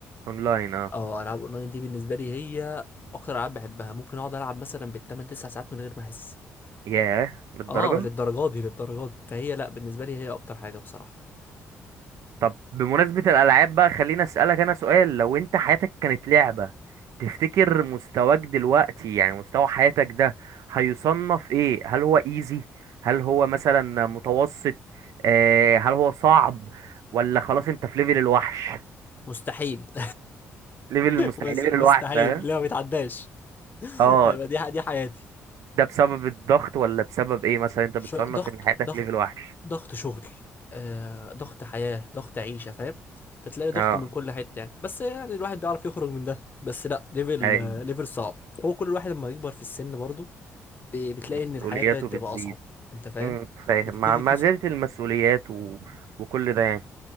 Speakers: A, on the right (about 70°); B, on the left (about 35°).
A: اونلاين اه
B: اه العاب اونلاين دي بالنسبة لي هي اكتر العاب بحبها ممكن اقعد العب مثلا بالتمن تسع ساعات من غير ما احس
A: ياه للدرجه
B: اه للدرجات دي للدرجات دي فهي لا بالنسبة لي هي اكتر حاجة بصراحة
A: طب بمناسبة الألعاب بقى خليني أسألك أنا سؤال لو أنت حياتك كانت لعبة تفتكر مستواك دلوقتي يعني مستوى حياتك ده هيصنف إيه؟ هل هو إيزي؟ هل هو مثلا متوسط؟ آه هل هو صعب؟ ولا خلاص أنت في ليفل الوحش؟
B: مستحيل <laughs>
A: ليفل المستحيل
B: مس-
A: ليفل
B: مستحيل
A: الوحش ها؟
B: لا ما بيتعداش
A: اه
B: آه، دي دي حياتي
A: ده بسبب الضغط ولا بسبب إيه مثلا أنت
B: ش-
A: بتصنف
B: ضغط
A: إن حياتك
B: ضغط
A: ليفل وحش؟
B: ضغط شغل آه، ضغط حياة ضغط عيشة فاهم فتلاقي ضغط
A: اه
B: من كل حتة يعني بس يعني الواحد بيعرف يخرج من ده بس لا ليفل
A: أي
B: آه، ليفل صعب هو كل الواحد لما يكبر في السن برضه ب- بتلاقي
A: مسؤولياته
B: ان الحياة ابتدت
A: بتزيد
B: تبقى اصعب انت فاهم
A: أمم، فاهم
B: بتبتدي
A: مع مع
B: في س-
A: زيادة المسؤوليات و... وكل ده يعني